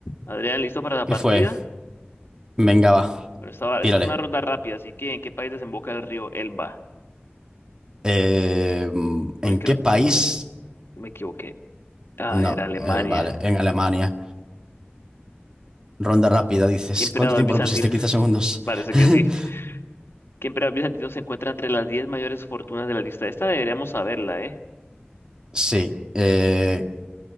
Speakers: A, on the left; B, on the right.
A: Adrián, ¿listo para la
B: ¿Qué
A: partida?
B: fue? Venga, va,
A: Bueno, esta, va-
B: tírale.
A: esta es una ronda rápida, así que ¿en qué país desemboca el río Elba?
B: Eh,
A: Uy,
B: ¿en
A: creo
B: qué
A: que
B: país?
A: me, me equivoqué. Ah,
B: No,
A: era Alemania.
B: eh, vale, en Alemania. Ronda rápida, dices.
A: ¿Qué emperador
B: ¿Cuánto tiempo
A: bizantino?
B: lo pusiste?
A: <laughs>
B: 15 segundos.
A: Parece que sí.
B: <laughs>
A: ¿Qué emperador bizantino se encuentra entre las 10 mayores fortunas de la lista? Esta deberíamos saberla, ¿eh?
B: Sí, eh,